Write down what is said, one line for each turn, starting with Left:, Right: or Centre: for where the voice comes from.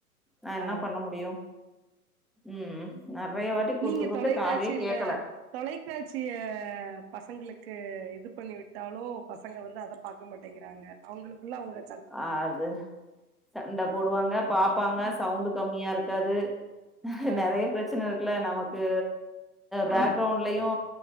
Centre: நா
Right: ஆ
Centre: என்ன பண்ண முடியு ம் நெறைய வாட்டி கூப்ட்டு
Right: நீங்க
Centre: கூப்ட்டு
Right: தொலைக்காட்சியில
Centre: காதே கேக்கல
Right: தொலைக்காட்சிய பசங்களுக்கு இது பண்ணி விட்டாலு பசங்க வந்து அத பாக்க மாட்டேங்கிறாங்க அவூங்களுக்குள்ள அவ்ங்க
Centre: அது சண்ட போடுவாங்க பாப்பாங்க சவுண்டு் கம்மியா ருகாது அஹ்
Right: ஆ
Centre: நெறைய ப்ரச்சன இருக்குல்ல நமக்கு பேக்ரவுண்ட்லயு